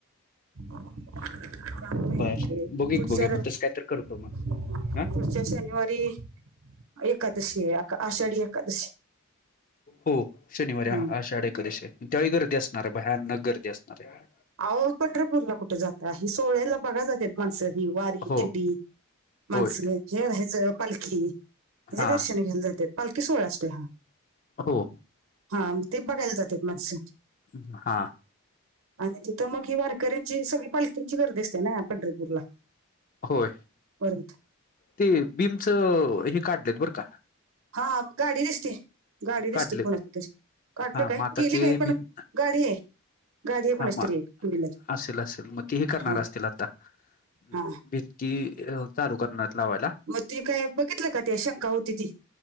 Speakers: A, on the right; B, on the left.
A: <unintelligible>
B: <unintelligible>
A: <unintelligible> पुढच्या
B: बर बघू की बघूया
A: रव
B: मग तसं काय तर करतो मग
A: पुढच्या
B: हा
A: शनिवारी एकादशी ये आषाढी एकादशी.
B: हो शनिवारी
A: हम्म,
B: आषाढ एकादशी ये त्यावेळी गर्दी असणार आहे, भयानक गर्दी असणार आहे.
A: आहो पंढरपूरला कुठ जाता ही सोहळयाला बघा जातात माणसं ही वारी
B: हो
A: दिंडी. माणस
B: होय
A: हे रायचं पालखी ह्याज
B: हां
A: दर्शन घ्यायला जात्यात. पालकी सोहळा असतोय हा.
B: हो.
A: हा म ते बघायला जात्यात माणसं.
B: हूं हूं हा.
A: आणि तिथं मग ही वारकऱ्यांची सगळी पालकीची गर्दी असते ना पंढरपूरला.
B: होय
A: वर्धेत
B: ते बीमच हे काढलेत बरं का.
A: हा गाडी दिसते गाडी दिसते,
B: काढलेत
A: कोणाची तरी काढलं
B: हा मग
A: काय
B: आता
A: गेली
B: ते
A: काय पण
B: भिन
A: गाडी आहे. गाडी आहे कोणाची
B: हा म
A: तरी टू व्हीलर
B: असेल असेल, मग ते हे करणार
A: हा
B: असतील आता हं
A: हा
B: भिती चालू करणार येत लावायला.
A: म ती काय बघितलं का ती शंका होती ती.